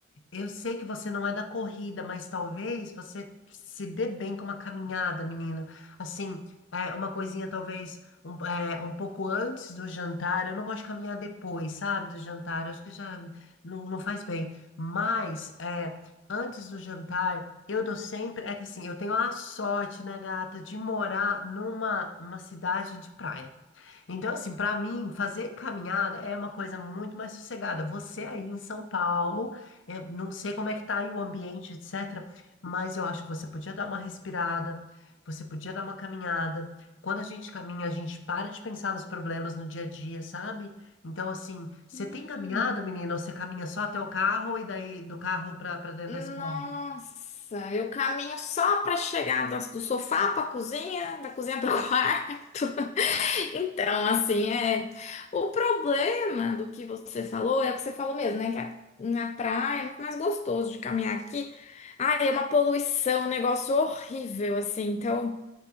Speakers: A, on the left; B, on the left.
A: eu sei que você não é da corrida, mas talvez você se dê bem com uma caminhada, menina. Assim, é, uma coisinha talvez um, é, um pouco antes do jantar, eu não gosto de caminhar depois, sabe, do jantar, acho que já não, não faz bem, mas é, antes do jantar. Eu tô sempre. É que assim, eu tenho a sorte, né, gata, de morar numa uma cidade de praia. Então, assim, pra mim, fazer caminhada é uma coisa muito mais sossegada. Você aí em São Paulo, eu não sei como é que tá aí o ambiente, etc. Mas eu acho que você podia dar uma respirada, você podia dar uma caminhada. Quando a gente caminha, a gente para de pensar nos problemas no dia a dia, sabe? Então, assim, você
B: Hum.
A: tem caminhado, menina, ou você caminha só até o carro e daí do carro pra, pra dentro
B: Nossa,
A: da escola?
B: eu caminho só para chegar do do sofá para cozinha, da cozinha para o <laughs> quarto. Então, assim, é. O problema do que você falou é o que você falou mesmo, né? Que a- na praia é muito mais gostoso de caminhar aqui. Ah, é uma poluição, um negócio horrível, assim. Então.